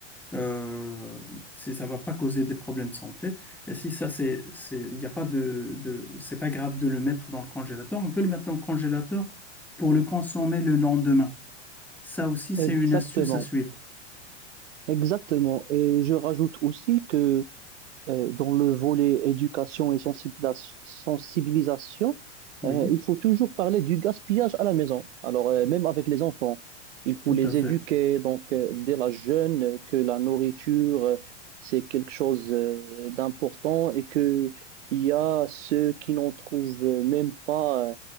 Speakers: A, in the centre; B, on the right.
A: euh, si ça va pas causer des problèmes de santé. Et si ça, c'est, c'est, il n'y a pas de, de- c'est pas grave de le mettre dans le congélateur, on peut le mettre dans le congélateur pour le consommer le lendemain. Ça aussi, c'est
B: Exactement,
A: une astuce à suivre.
B: exactement. Et je rajoute aussi que euh, dans le volet éducation et sensibilis- sensibilisation,
A: Oui,
B: euh, il faut toujours parler du gaspillage à la maison. Alors, euh, même avec les enfants, il faut
A: tout
B: les
A: à fait.
B: éduquer, donc, euh, dès la jeune, euh, que la nourriture, euh, c'est quelque chose, euh, d'important et que il y a ceux qui n'en trouvent même pas, euh,